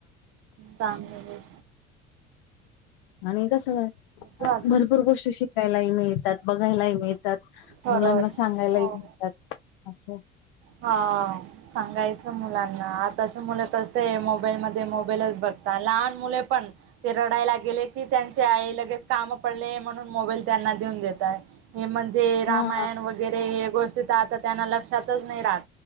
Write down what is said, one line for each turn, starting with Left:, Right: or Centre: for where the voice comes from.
Right: कामवर
Left: आणि कसं
Right: बर
Left: भरपूर गोष्टी शिकायलाही मिळतात, बघायलाही मिळतात,
Right: खरंच
Left: मुलांना सांगायलाही
Right: हो.
Left: मिळतात. असे
Right: हा सांगायचं मुलांना आताच मुलं तर मोबाईल मध्ये मोबाईलच बघता लहान मुले पण ते रडायला ला गले की त्यांची आई लगेच काम पडले म्हणून मोबाईल त्यांना देऊन देताय. हे म्हणजे रामायण
Left: हा
Right: वगैरे हे गोष्टी तर आता त्यांना लक्षातच नाही राहत